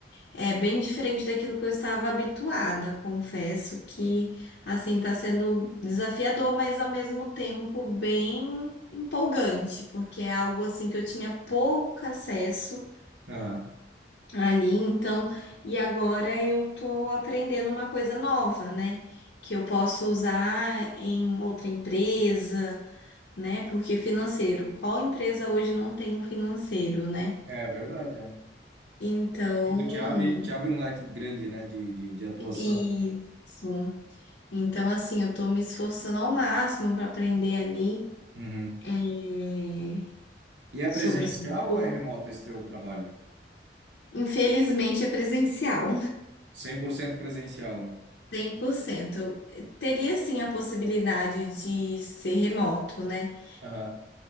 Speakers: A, on the left; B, on the right.
A: É bem diferente daquilo que eu estava habituada. Confesso que, assim, tá sendo desafiador, mas ao mesmo tempo bem empolgante, porque é algo, assim, que eu tinha pouco acesso
B: Aham.
A: ali. Então, e agora eu tô aprendendo uma coisa nova, né? Que eu posso usar em outra empresa né? Porque financeiro, qual empresa hoje não tem um financeiro, né?
B: É verdade, é.
A: Então,
B: Tipo, te abre, te abre um leque grande, né, de, de, de atuação.
A: isso.
B: Sim.
A: Então, assim, eu tô me esforçando ao máximo para aprender ali
B: Uhum.
A: é,
B: E é
A: sobre
B: presencial
A: o setor.
B: ou é remoto esse teu trabalho?
A: Infelizmente, é presencial,
B: cem por cento presencial,
A: <laughs>
B: hein?
A: 100%. Eu Teria, sim, a possibilidade de ser remoto, né?
B: Aham.